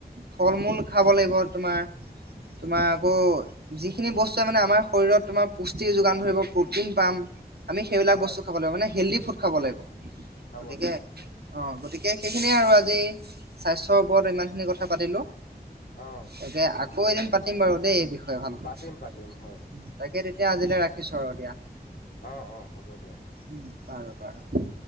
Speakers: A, on the right; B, on the left.
A: ফল -মূল খাব লাগিব তোমাৰ তোমাৰ আকৌ যিখিনি বস্তুৱে মানে, আমাৰ শৰীৰত তোমাৰ পুষ্টি যোগান ধৰিব প্ৰ'টিন পাম আমি সেইবিলাক
B: হয়
A: বস্তু খাব লাগিব মানে, হেল্ডি ফুড খাব লাগিব
B: খাব
A: গতিকে
B: লাগিব
A: অ',
B: হয়
A: গতিকে সেইখিনিয়ে আৰু আজি স্বাস্থ্যৰ ওপৰত ইমান খিনি কথা পাতিলো
B: অ
A: তাকে, আকৌ
B: বাৰু
A: এদিন পাতিম বাৰু দেই এই বিষয়ে ভালকৈ
B: পাতিম
A: তাকে,
B: পাতিম হয়
A: তেতিয়া আজিলৈ ৰাখিছোঁ আৰু দিয়া
B: অ', অ', হ'ব দিয়া
A: উম, বাৰু বাৰু